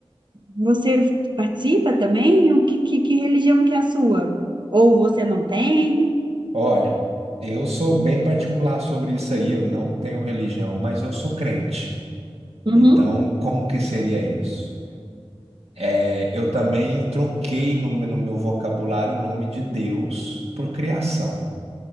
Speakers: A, on the right; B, on the right.
A: você participa também? O que, que, que religião que é a sua? Ou você não tem?
B: olha, eu sou bem particular sobre isso aí, eu não tenho religião, mas eu sou crente.
A: Uhum.
B: Então, como que seria isso? É, eu também eu troquei no, meu- no meu vocabulário o nome de Deus por criação.